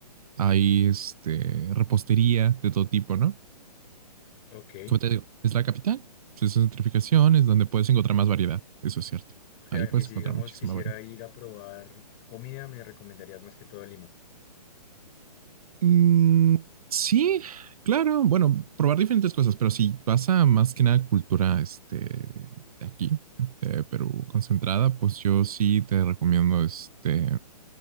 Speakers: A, on the right; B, on the left.
A: hay este, repostería de todo tipo, ¿no?
B: Ok.
A: Como te digo, es la capital, pues, es centrificación, es donde puedes encontrar más variedad, eso es cierto.
B: O sea,
A: Ahí puedes
B: que si,
A: encontrar
B: digamos,
A: muchísima
B: quisiera
A: variedad.
B: ir a probar comida, me recomendarías más que todo Lima.
A: Mm, sí, claro, bueno, probar diferentes cosas, pero si vas a más que nada cultura este, de aquí, de Perú, concentrada, pues yo sí te recomiendo este,